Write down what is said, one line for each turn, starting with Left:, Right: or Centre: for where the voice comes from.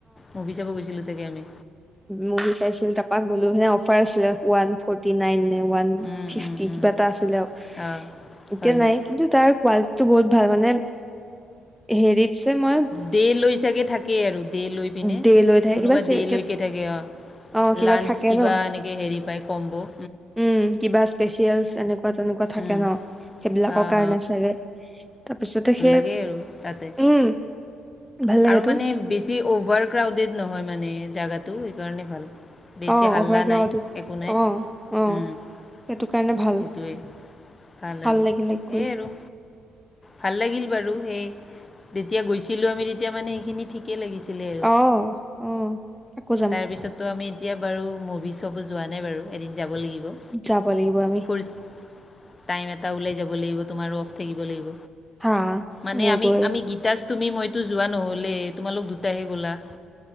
Left: মুভি চাব গৈছিলোঁ চাগে আমি।
Centre: মভি চাইছিলো তাপাক গলো অফাৰ আছিলে ওৱান ফৰ্টি নাইন নে ওৱান
Left: অঁ অঁ
Centre: কিবা এটা আছিলে আৰু
Left: অঁ
Centre: এতিয়া
Left: হয় হয়
Centre: নাই কিন্তু তাৰ কোৱালিটিটো বহুত ভাল মানে হেৰিকছে মই
Left: দেই লৈ ছাগ থাকেই আৰু দেই লৈ পিনে
Centre: ডে লৈ থাকে
Left: কোনোবা
Centre: কিবা চে-
Left: দেই
Centre: কে-
Left: লৈকে থাকে অ
Centre: অ কিবা
Left: লাঞ্চ
Centre: থাকে
Left: কিবা
Centre: ন
Left: এনেকে হেৰি পায় কম্ব
Centre: উম কিবা স্পেচিয়েল এনেক তেনেকুৱা থাকে
Left: উম।
Centre: ন সেইবিলাকৰ
Left: অঁ
Centre: কাৰণে চাগ তাৰপিছতে সেই
Left: দিয়ে আৰু তাতে
Centre: উম ভাল লাগেতো
Left: আৰু মানে বেছি অভাৰ ক্ৰাউডেড নহয় মানে জেগাটো সেইকাৰণে ভাল বেছি
Centre: অ
Left: হাল্লা
Centre: অভাৰ ক্ৰাউড
Left: নাই একো নাই
Centre: অ অ
Left: সেইটোৱেই
Centre: সেইটো কাৰণে ভাল
Left: ভাল আৰু
Centre: লাগিলে
Left: সেয়ে
Centre: গৈ
Left: আৰু ভাল লাগিল বাৰু সেই তেতিয়া গৈছিলো আমি তেতিয়া মানে সেইখিনি ঠিক ঠিক লাগিছিলে
Centre: অ অ আকৌ যাম
Left: তাৰপিছতো আমি এতিয়া বাৰু মুভি চবো যোৱা নাই বাৰু এদিন যাব লাগিব
Centre: যাব লাগিব আমি
Left: ফুৰ টাইম এটা ওলাই যাব লাগিব তোমাৰো অফ থাকিব লাগিব।
Centre: হা
Left: মানে
Centre: মোৰতো
Left: আমি
Centre: এই-
Left: আমি গীতাচ তুমি মইতো যোৱা নহলে তোমালোক দুটাহে গ'লা।